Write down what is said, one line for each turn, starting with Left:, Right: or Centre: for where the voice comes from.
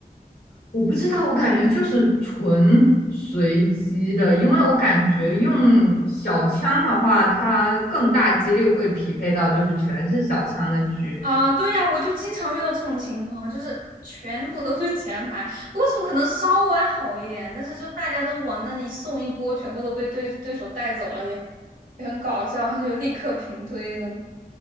Left: 我不知道，我感觉就是纯随机的，因为我感觉用小枪的话，它更大几率会匹配到就是全是小枪的局，
Right: 啊，对呀，我就经常遇到这种情况，就是全部都是前排，我总可能稍微好一点，但是就大家都往那一送一波，全部都被对对手带走了，也也很搞笑，就立刻平推这种